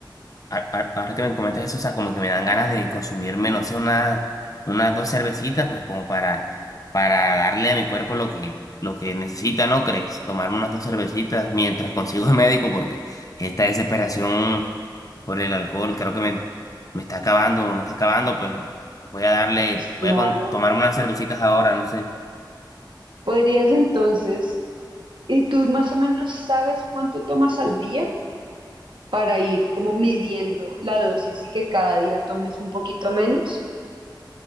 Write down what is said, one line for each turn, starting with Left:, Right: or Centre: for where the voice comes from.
Left: a- a- Ahora que me comentas eso, o sea, como que me dan ganas de consumirme, no sé, una, unas dos cervecitas, pues como para, para darle a mi cuerpo lo que, lo que necesita, ¿no crees? Tomarme unas dos cervecitas mientras consigo el médico, porque esta desesperación por el alcohol creo que me, me está acabando, me está acabando, pero voy a darle,
Right: pues
Left: voy
Right: claro.
Left: a con- tomarme unas cervecitas ahora, no sé.
Right: Podrías entonces, ¿y tú más o menos sabes cuánto tomas al día? para ir como midiendo la dosis y que cada día tomes un poquito menos.